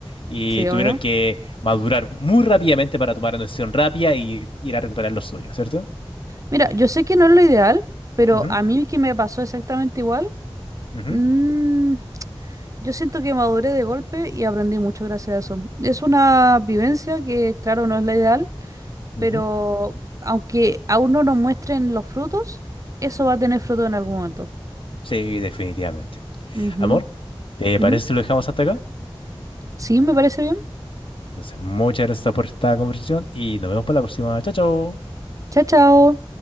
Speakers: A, on the left (about 65°); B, on the right (about 35°).
A: Y
B: sí,
A: tuvieron
B: obvio.
A: que madurar muy rápidamente para tomar una decisión rápida y ir a recuperar lo suyo, ¿cierto?
B: Mira, yo sé que no es lo ideal, pero
A: Ujú,
B: a mí que me pasó exactamente igual.
A: ujú,
B: mm, Yo siento que maduré de golpe y aprendí mucho gracias a eso. Es una vivencia que, claro, no es la ideal,
A: ujú.
B: pero aunque aún no nos muestren los frutos, eso va a tener fruto en algún momento.
A: Sí, definitivamente.
B: Ujú,
A: Amor, ¿te
B: ujú.
A: parece si lo dejamos hasta acá?
B: Sí, me parece bien.
A: Entonces, muchas gracias por esta conversación y nos vemos para la próxima. Chao, chao.
B: Chao, chao.